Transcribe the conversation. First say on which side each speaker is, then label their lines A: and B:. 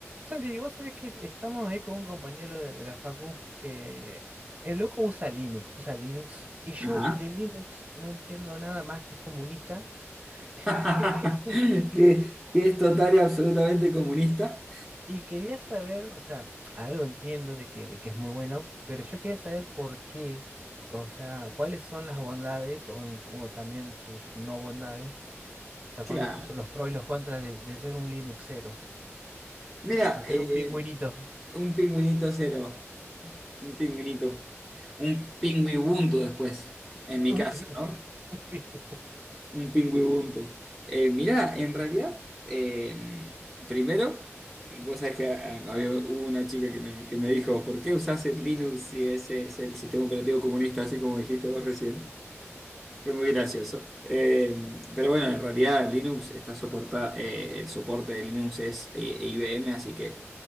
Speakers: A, on the right; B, in the centre.
A: Santi, vos sabés que estamos ahí con un compañero de, de la facu que el loco usa Linux, usa Linux, y yo
B: Ajá.
A: de Linux no entiendo nada más que es comunista.
B: <laughs>
A: <laughs>
B: Que, que es total y absolutamente comunista.
A: Y quería saber, o sea, algo entiendo de que, de que es muy bueno, pero yo quería saber por qué, o sea, cuáles son las bondades o, en- o también sus no bondades, o sea,
B: Claro.
A: cuáles son los pros y los contras de, de ser un Linuxero,
B: Mira,
A: de ser
B: eh,
A: un pingüinito,
B: un pingüinito cero. Un pingüinito. Un pingüibuntu después,
A: <laughs>
B: en mi
A: un
B: caso,
A: pingüino,
B: ¿no?
A: un pingüino.
B: Un pingüibuntu. Eh, mira, en realidad, eh, primero, y vos sabés que ah, había, hubo una chica que me, que me dijo, ¿por qué usás el Linux si ese es el sistema operativo comunista, así como dijiste vos recién? Fue muy gracioso. Eh, pero bueno, en realidad Linux está soporta, eh, el soporte de Linux es eh, IBM, así que